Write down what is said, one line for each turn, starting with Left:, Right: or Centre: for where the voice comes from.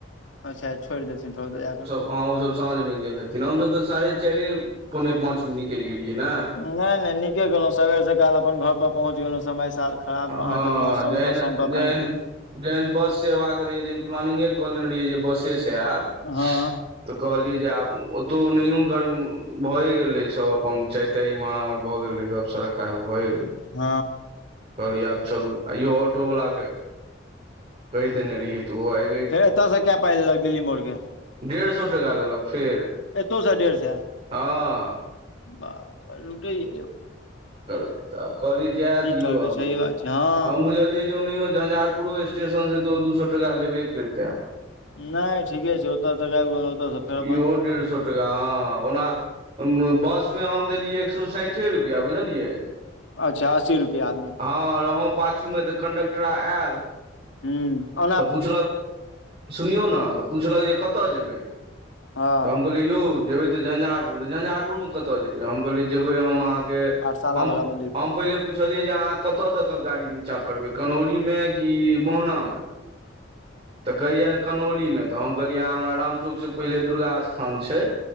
Left: अच्छा छोड़ि देथिन।
Right: अहाँ ओसभ साँझ मे गेल रहथिन हमसभ तऽ साढ़े चारि पौने पाँच मे निकलि गेलियै न
Left: नहि नहि नीके केलहुँ सबेर सकाल अपन घर पर पहुँच गेलहुँ समय साल। खराब अहाँके
Right: ह
Left: मौसम
Right: जैन
Left: तौसम कखन
Right: जैन
Left: की
Right: जहन बस से अयबाक रहै जेहन प्लानिगे कऽ लेने रहिय जे बसे से आयब
Left: हँ
Right: तऽ कहलियै जे आब ओतौ नहियो गर्म भए गेले सभ अपन चै एते इमहर आमहर भएऽ गेल रहै गप सड़का भए गेल
Left: ह
Right: कहलियै आब चलू आ इहो ऑटो वाला के कहि देने रहिये तऽ ओहो आइब।
Left: फेर एता से कै पाइ लेलऽ कऽ दिली मोड़के
Right: डेढ़ सए टका लेलऽ कऽ फेर
Left: एतौ स डेढ़ सए
Right: हँ की
Left: बाप रे लूटेय यौ
Right: करबै तऽ आब कहलियै जाय
Left: की
Right: दियो
Left: करबै
Right: आ
Left: सही बात छै हँ
Right: हम बुझलियै जे ओनहियो झझार पो स्टेशन से तो दू सए टा लेबे करते
Left: नहि ठीके छै ओता तक आयब गेलोउ ओता से फेर
Right: इहो
Left: अपन।
Right: डेढ़ सए। ह ओना बस मे हम देलियै एक सए साठे रुपआ बुझलियै
Left: अच्छा असी रुपैआ आदमी
Right: ह रहौ पाछू मे तऽ कंडकटर आयल
Left: हू आ
Right: तऽ पुछलक सुनियौ ने तऽ पुछलकऽ जे कतय जेबै
Left: ह
Right: तऽ हम कहलियए यौ ज जेबै तऽ झञ्झारपुर तऽ झञझारपुरमे कतऽ जेबै हम कहलि जेबै हम अहाँकेँ
Left: पाठशाला
Right: हम
Left: वाला मंदिर
Right: हम
Left: पर
Right: पहिले पुछलियै जे अहाँ कतय दऽ कऽ गाड़ी नीचाँ करबै कन्हौरीमे की मोहना मे तऽ कहैया कनहोलीमे तऽ हम कहलियै अहाँ हमरा रामचौकसँ पहिले दुर्गा स्थान छै